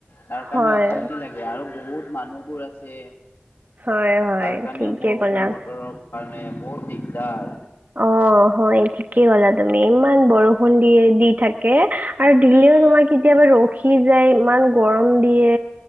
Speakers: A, on the left (about 80°); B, on the right (about 45°).
A: তাৰ কাৰণে
B: হয়
A: অশান্তি লাগে আৰু বহুত মানুহবোৰ আছে
B: হয় হয়
A: তাৰ কাৰণেও
B: ঠিকে
A: বৰষুণ
B: ক'লা
A: বতৰৰ কাৰণে বহুত দিগদাৰ।
B: অ হয় ঠিকেই কলা তুমি, ইমান বৰষুণ দিয়ে দি থাকে। আৰু দিলেও
A: উম,
B: তোমাৰ কেতিয়াবা ৰখি যায় ইমান গৰম দিয়ে